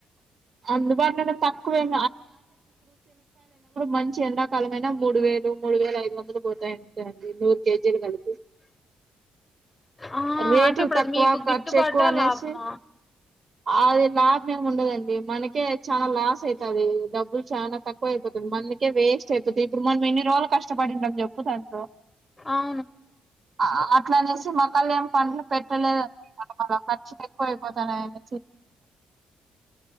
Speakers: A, on the right; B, on the left.
A: <unintelligible> <unintelligible> కూడ మంచి ఎండాకాలం అయిన మూడు వేలు మూడు వేల ఐదు వందలు పోతాయి అంతే అండి నూరు కేజీలు <unintelligible>
B: ఆ
A: రేట్లు
B: అంటే ఇప్పుడు
A: తక్కువ
B: అది మీకు
A: ఖర్చు
B: గిట్టుబాటా
A: ఎక్కువ అనేసి
B: లాభమా
A: అది లాభ మేమి ఉండదండి మనకే చాలా లాస్ అవుతుది డబ్బులు చాలా తక్కువ అయిపోతుది <unintelligible> వేస్ట్ అయిపోతంది ఇప్పుడు మనం ఎన్ని రోజులు కష్టపడింటాం చెప్పు దాంట్లో
B: ఆ
A: ఆ అట్లా అనేసి మా కళ్ళ ఎం పంటలు పెట్టలేదు ఖర్చులు ఎక్కువ అయిపోతాన్న <unintelligible>